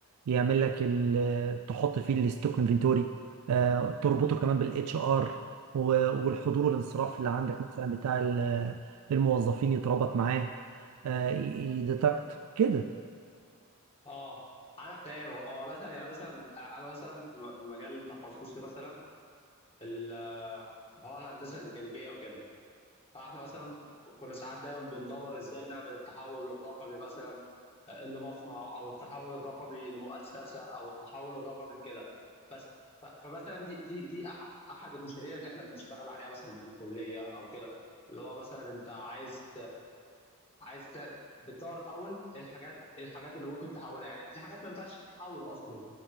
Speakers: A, on the right; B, on the left.
A: يعمل لك ال- تحط فيه الستوك انفنتوري آه، تربطه كمان بالاتش ار والحضور
B: امم
A: والانصراف اللي عندك مثلا بتاع ال- الموظفين يتربط معاه يديتكت كده
B: اه انا فاهم هو هو مثلا يعني مثلا انا مثلا في م- في مجال تخصصي مثلا ال- هو الهندسه الميكانيكيه وكده فاحنا مثلا ك- كنا ساعات دايما بندور ازاي نعمل التحول الرقمي مثلا آه، لمصنع او التحول الرقمي لمؤسسه او التحول الرقمي كده بس ف- فمثلا دي دي دي أح- احد المشاريع اللي احنا بنشتغل عليها مثلا في الكليه او كده اللي هو مثلا انت عايز عايز ت- بتدور الاول إيه الحاجات إيه الحاجات اللي ممكن تحولها يعني في حاجات ما ينفعش تتحول اصلا